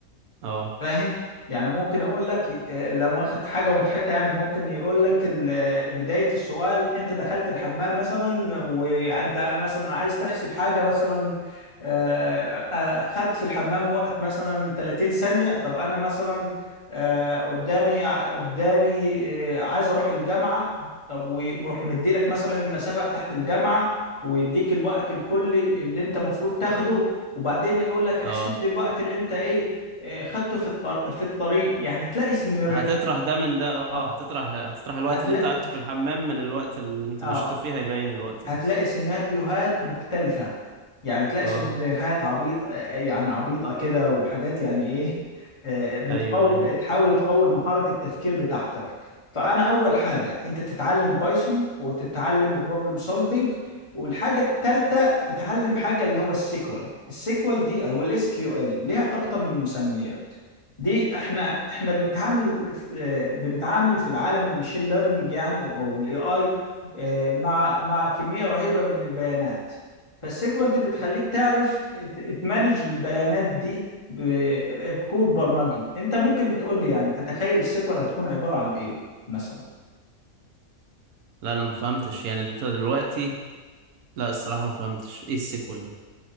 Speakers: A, on the right; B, on the left.
A: اه
B: فاهم يعني ممكن يقول لك آه، لا مؤاخذة حاجة مضحكة يعني ممكن يقول لك ال- آه، بداية السؤال انت دخلت الحمام مثلا وانت مثلا عايز تحسب حاجة مثلا آه، آه، خدت في الحمام وقت مثلا 30 ثانية طب انا مثلا آه، قدامي ع- قدامي آه، عايز اروح الجامعة طب ويروح مديلك مثلا المسافة بتاعت الجامعة ويديك الوقت الكلي اللي انت المفروض تاخده وبعدين يقول لك احسب
A: اه
B: لي الوقت اللي انت ايه آه، خدته في الطريق في الطريق يعني هتلاقي سيناريو
A: هتطرح ده من ده اه
B: اه
A: هتطرح هتطرح الوقت
B: هتلاقي
A: اللي انت قعدته في الحمام من الوقت اللي انت
B: اه
A: مشيته فيه هيبين الوقت
B: هتلاقي
A: نفسه
B: سيناريوهات مختلفة يعني تلاقي
A: اه
B: سيناريوهات عبيط يعني عبيطة كده وحاجات يعني ايه آه، بتقو
A: ايوه ايوه
B: تحاول تقوي مهارة التفكير بتاعتك فأنا أول حاجة أنت تتعلم بايثون وتتعلم بروبلم سولفينج والحاجة التالتة تتعلم حاجة اللي هو السيكوال السيكوال دي أو الاس كيو ال ليها أكتر من مسميات دي احنا احنا بنتعامل في آه، بنتعامل في العالم المشين ليرنينج يعني او الاي اي آه، مع مع كمية رهيبة من البيانات فالسيكوال دي بتخليك تعرف ت- تمانج البيانات دي ب- بكود برمجي انت ممكن تقول لي يعني تتخيل السيكوال هتكون عبارة عن ايه مثلا
A: لا انا ما فهمتش يعني انت دلوقتي لا الصراحة ما فهمتش ايه السيكول ده